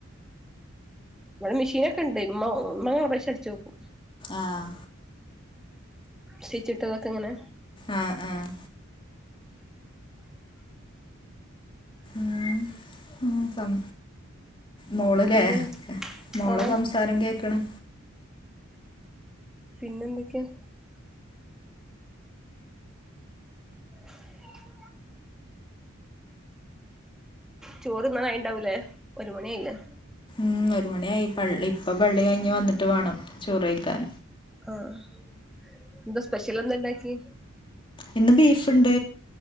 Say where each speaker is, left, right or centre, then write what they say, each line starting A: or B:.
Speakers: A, in the centre; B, on the left.
A: ഇവിടെ മെഷീനൊക്കെ ഉണ്ട് ഉമ്മ ഉമ്മയാ <unintelligible> അടിച്ച് നോക്കും
B: ആഹ്
A: സ്റ്റിച്ചിട്ടതൊക്കെ എങ്ങനെ?
B: ആ ആ മ്ഹ് മ്ഹ് സം മോളല്ലേ?
A: പിന്നെന്ത്
B: മോളേ
A: ആഹ്
B: സംസാരം കേൾക്കണ്.
A: പിന്നെന്തൊക്കെയാ? <inaudible> ചോറ് തിന്നായിണ്ടാവൂലേ ഒരു മണി ആയില്ലേ.
B: ഉം ഒരു മണിയായി പള്ളി ഇപ്പ പള്ളി കഴിഞ്ഞ് വന്നിട്ട് വേണം ചോറഴിക്കാൻ.
A: ആഹ് എന്ത സ്പെഷ്യൽ എന്തണ്ടാക്കി.
B: ഇന്ന് ബീഫുണ്ട്